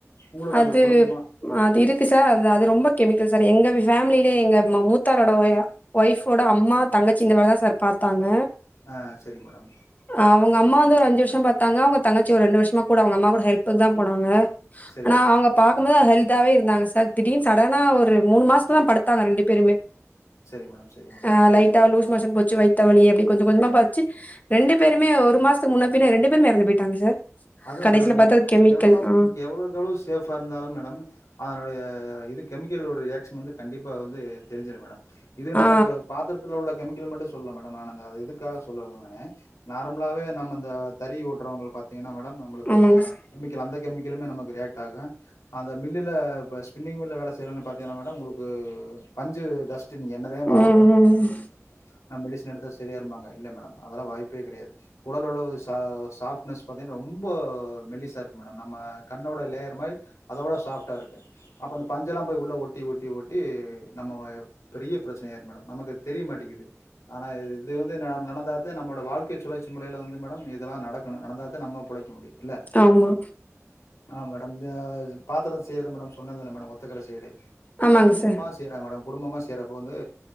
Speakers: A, on the left; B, on the left.
A: உங்களுக்கு
B: அது
A: அந்த குடும்பமா
B: அது இருக்கு சார் அ அது ரொம்ப கெமிக்கல் சார் எங்க ஃபேமிலே எங்க மூத்தாரோட ஒய்யா ஒய்ஃப் வோட அம்மா தங்கச்சிங்க இந்த வேல தா சார் பார்த்தாங்க
A: ஆ செரிங் மேடம்
B: ஆ அவுங்க அம்மா வந்து ஒரு அஞ்சு வர்ஷஷோ பாத்தாங்க அவுங்க தங்கச்சி ஒரு ரெண்டு வர்ஷமா கூட அவுங்க அம்மா கூட ஹெல்ப்புக்கு தா போனாங்க
A: சரிங்க
B: அனா
A: மேடம்
B: அவுங்க பார்க்கும் போது ஹெல்த் ஆவே இருந்தாங்க சார் திடீர்ன்னு சடனா ஒரு மூணு மாஸ்த்து தா படுத்தாங்க ரெண்டு பேருமே
A: சரிங்க மேடம் சரிங்க மேடம்
B: ஆ லைட்டா லூஸ் மோஷன் போச்சு வைத்தவலி அப்டி கொஞ்ச கொஞ்சமா பாச்சு ரெண்டு பேருமே ஒரு மாசத்து முன்ன பின்ன ரெண்டு பேருமே இறந்து போயிட்டாங்க சார்
A: அதா
B: கடைசில
A: மேடம் நீங்க
B: பாத்தா
A: எவ
B: அது கெமிக்கல்.
A: எவ்ளோ
B: ஆ.
A: நீங்க எவ்ளோக் எவ்ளோ சேஃப்பா இருந்தாலும் மேடம் அதனுடைய இது கெமிக்கலுடைய ரியாக்ஷன் வந்து கண்டிப்பா வந்து தெரிஞ்சிரு மேடம் இது
B: ஆ
A: நமக்கு பாத்திரத்துல உள்ள கெமிக்கல் மட்டு சொல்ல மேட நா இதுக்காக சொல்லல நானு நார்மலாவே நம்ம இந்த தறி ஓட்டுறவுங்க பாத் தீங்கனா மேடம் உங்களுக்கு
B: ஆமாங்க சார்
A: கெமிக்கல் அந்த கெமிக்கலுமே நமக்கு ரியாக்ட் ஆகு அந்த மில்லுல ஸ்பின்னிங் மில்ல வேல செய்றவுங்க பாரத்தீங்ன்னா மேடம் உங்குளுக்கு பஞ்சு டஸ்டின் என்னதா வாழ
B: ம்
A: பழ சாப்
B: ம்
A: நான மெடிசன் எடுத்த செரி ஆயிரும் பாங்க இல்ல மேடம் அதெல்லா வாய்ப்பே கெடையாது குடலோட ஒரு ச சாஃப்ட்னஸ் பாத்தீங்ன்னா ரொம்போ மெல்லிசா இருக்கு மேடம் நம்ம கண்ணோட லேயர் மாரி அத வுட சாப்ஃ டா இருக்கு அப்ப அந்த பஞ் எல்லா போய் உள்ள ஒட்டி ஒட்டி ஒட்டி நம்ம பெரிய ப்ரச்சன ஆயிரு மேடம் நமக்கு தெரிய மாட்டிக்குது ஆனா இது வந்து நடந்தாதா நம்மோட வாழ்க்கை சுழற்சி முறைல வந்து மேடம் இதெல்லா நடக்கணு நடந்தா நம்ம பொழக்க முடியு இல்ல
B: ஆமா
A: ஆ மேடம் பாத்திர செய்யறதா மேடம் சொன்னாதானே மேடம் ஒத்த கட சைடு
B: ஆமாங்க சார்
A: செய்றாங்க மேட குடும்பமா செய்யறப்போ வந்து